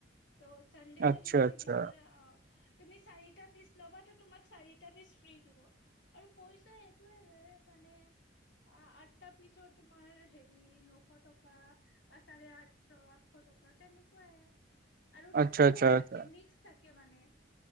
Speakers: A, on the left; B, on the right.
A: ত' চানডে
B: আচ্ছা আচ্ছা
A: যদি তুমি
B: আচ্ছা
A: বিচাৰা অহ তুমি চাৰিটা পিচ ল'বাটো তোমাক চাৰিটা পিচ ফ্ৰী দিব আৰু পইচা এইটোয়ে <unintelligible> মানে আ -আঠটা পিছত তোমাৰ হেৰি নশ টকা বা চাৰে আঠচ টকা এনেকুৱাইয়ে। আৰু তাতে
B: আচ্ছা
A: চব
B: আচ্ছা
A: থাকে
B: আচ্ছা
A: মিক্স থাকে মানে